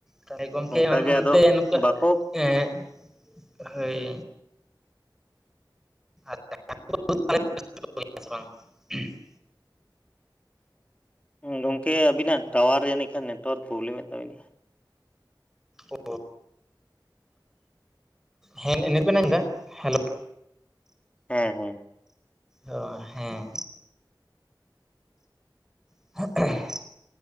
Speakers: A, in the centre; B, on the left.
A: ᱛᱟᱦᱞᱮ ᱜᱚᱢᱠᱮ
B: ᱚᱱᱠᱟᱜᱮ
A: ᱟᱢ ᱚᱱᱛᱮ
B: ᱟᱫᱚ
A: ᱱᱩᱠᱩ
B: ᱵᱟᱠᱚ
A: ᱮ <unintelligible> ᱦᱳᱭ ᱾ ᱟᱪᱪᱷᱟ ᱦᱩᱭᱮᱜᱼᱟ ᱥᱮ ᱵᱟᱝ <unintelligible>
B: ᱜᱚᱝᱠᱮ ᱟᱵᱤ ᱱᱟᱜ ᱴᱟᱣᱟᱨ ᱡᱟᱹᱱᱤᱡ ᱠᱷᱟᱱ ᱱᱮᱴᱣᱟᱨᱠ ᱯᱨᱚᱵᱞᱮᱢ ᱮᱫ ᱛᱟᱵᱤᱱᱟ?
A: ᱚ ᱦᱮᱸ ᱱᱤᱛ ᱵᱮᱱ ᱟᱸᱡᱚᱢᱫᱟ ᱦᱮᱞᱳᱼᱼ
B: ᱦᱮᱸ ᱦᱮᱸ ᱾
A: ᱚ ᱦᱮᱸ᱾ <inaudible>